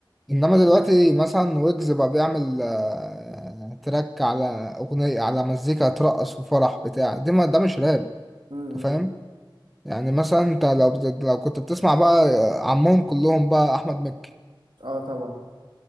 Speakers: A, in the centre; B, on the right.
A: انما دلوقتي مثلا ويجز بقى بيعمل آه، تراك على اغنية على مزيكا ترقص في فرح بتاع دي ما ده مش راب
B: امم
A: انت فاهم يعني مثلا انت لو لو كنت بتسمع بقى آه، عمهم كلهم بقى احمد مكي
B: اه طبعا